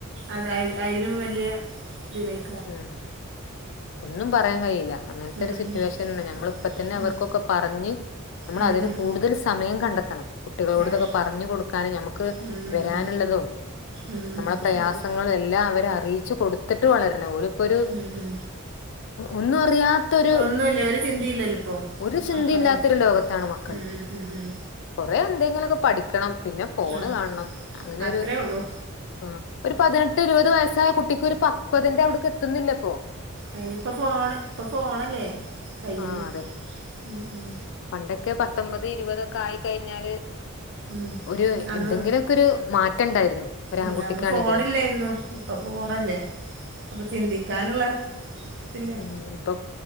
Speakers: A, on the right; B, on the left.
A: അത് അയ്ലും വലിയ ഇതയി
B: ഉം ഒന്നും പറയാൻ കഴിയില്ല. അങ്ങനത്തെ
A: ഉം
B: ഒരു സിറ്റുവേഷൻആണ്
A: ഉം
B: നമ്മളെ ഇപ്പതന്നെ
A: ഉം
B: അവർക്കൊക്കെ പറഞ് നമ്മൾ
A: ഉം
B: അതിന്
A: ഉം
B: കൂടുതൽ സമയം കണ്ടെത്തണം. കുട്ടികളോട്
A: അതെ
B: ഇതൊക്കെ പറഞ്ഞു കൊടുക്കാനും നമുക്ക്
A: ഉം ഉം
B: വരാനുള്ളതും
A: ഉം ഉം
B: നമ്മളെ
A: ഉം
B: പ്രയാസങ്ങളും
A: അതെ
B: എല്ലാ അവരെ അറി ച് കൊടുത്തിട്ട് വളരണം ഓലപ്പോരു
A: ഉം ഉം
B: ഒന്നും അറിയ ത്തരു
A: ഒന്നുല്ല ഒരു ചിന്തയില്ലല്ലോ ഇപ്പോ
B: ഒരു
A: ഇപ്പ
B: ചിന്തില്ലാത്തരു
A: മക്കളല്ലേ
B: ലോകത്താണ് മക്കൾ.
A: ഉം ഉം ഉം ഉം
B: കൊറെ എന്തെങ്കിലുക്കെ പഠിക്കണം പിന്നെ ഫോണ്
A: ആഹ്
B: കാണണം അങ്ങനെ
A: അത്രേ
B: ഒരു
A: ഉള്ളൂ
B: ആഹ് ഒരു പതിനെട്ട് ഇരുപത് വയസ്സായ കുട്ടിക്ക് ഒരു പക്വതന്റെ അവിടക്ക് എത്തുന്നില്ലപ്പൊ.
A: അയിനിപ്പ ഫോണ് ഇപ്പൊ ഫോണല്ലേ കയ്യില്
B: ആഹ് അതെ
A: ഉം ഉം
B: പണ്ടൊക്കെ പത്തൊമ്പത് ഇരുപതൊക്കെ ആയിക്കഴിഞ്ഞാല്
A: ഉം
B: ഒരു
A: അന്ന്
B: എന്തെങ്കിലും ഒക്കെഒരു മാറ്റം ഉണ്ടായിരുന്നു ഒര്
A: ഉം
B: ആൺകുട്ടിക്കാണെങ്കിലും
A: അന്ന് ഫോണില്ലായിരുന്നു ഇപ്പൊ ഫോൺഅല്ലേ അപ്പൊ ചിന്തിക്കാനുള്ള ഇതില്ല
B: ഉം ഇപ്പൊ